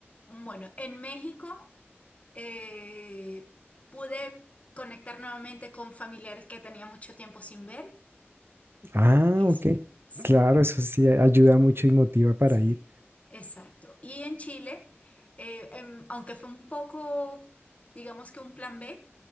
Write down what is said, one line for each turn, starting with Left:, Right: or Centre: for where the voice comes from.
Left: Bueno, en México eh, pude conectar nuevamente con familiares que tenía mucho tiempo sin ver.
Right: Ah,
Left: Es,
Right: ok.
Left: sí.
Right: Claro, eso sí eh, ayuda mucho y motiva para
Left: Sí,
Right: ir.
Left: exacto. Y en Chile, eh, em, aunque fue un poco, digamos que un plan B,